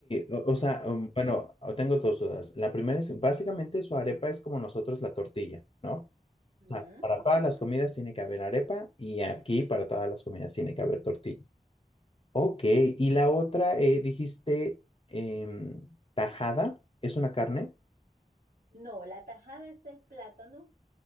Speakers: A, on the left (about 40°); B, on the right (about 80°).
A: o, o sea, um, bueno, o tengo dos dudas. La primera es, básicamente su arepa es como nosotros la tortilla, ¿no? O
B: Ujú.
A: sea, para todas las comidas tiene que haber arepa y aquí para todas las comidas tiene que haber tortilla. Ok, y la otra, eh, dijiste em, tajada, ¿es una carne?
B: No, la tajada es el plátano